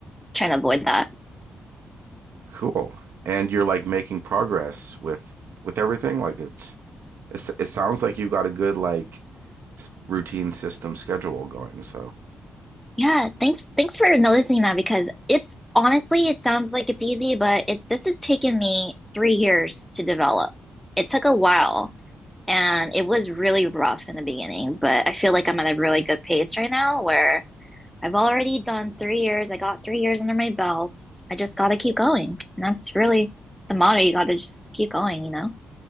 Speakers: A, in the centre; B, on the right.
A: Trying to avoid that.
B: Cool. And you're like making progress with with everything like it's It, it sounds like you've got a good like routine system schedule going. So
A: Yeah, thanks thanks for noticing that because it's honestly it sounds like it's easy, but it this has taken me 3 years to develop. It took a while And it was really rough in the beginning, but I feel like I'm at a really good pace right now where I've already done three years. I got three years under my belt. I just got to keep going. And that's really the motto. You got to just keep going, you know?